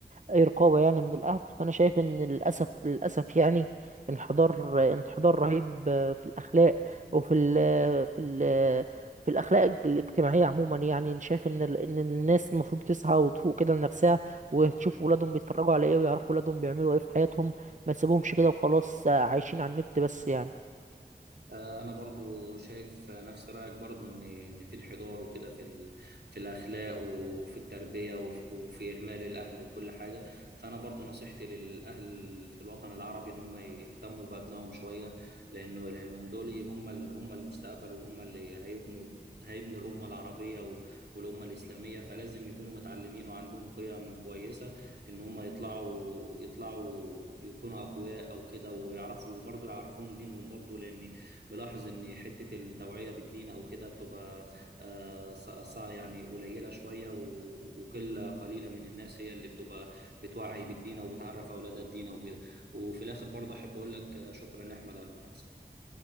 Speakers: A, on the right; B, on the right.
A: أي رقابة يعني من الأهل فأنا شايف إن للأسف للأسف يعني انحدار انحدار رهيب آه، في الأخلاق وفي ال في ال في الأخلاق الاجتماعية عموما يعني شايف إن ال- إن الناس المفروض تصحى وتفوق كده لنفسها وتشوف ولادهم بيتفرجوا على إيه ويعرفوا ولادهم بيعملوا إيه في حياتهم ما تسيبهمش كده وخلاص آه، عايشين على النت بس يعني
B: آه، انا برضو شايف نفس رايك برضو ان ان في انحدار وكده في ال... في الاخلاق وفي التربيه وفي... وفي اهمال الاهل وكل حاجه فانا برضو نصيحتي للاهل في الوطن العربي ان هم يهتموا بابنائهم شويه لانه لانهم دول هم ال... هم المستقبل وهم اللي هيبنوا هيبنوا الأمة العربية و- والأمة الإسلامية فلازم يكونوا متعلمين وعندهم قيم كويسة إن هم يطلعوا يطلعوا يكونوا أقوياء أو كده ويعرفوا برضو يعرفوهم دينهم برضو لأن ملاحظ ان حته التوعيه بالدين او كده بتبقى آه، ص- ص- يعني قليله شويه و- وقله قليله من الناس هي اللي بتبقى بتوعي بالدين او بتعرف اولادها الدين او كده وفي الاخر برضه احب اقول لك آه، شكرا يا احمد على المحادثه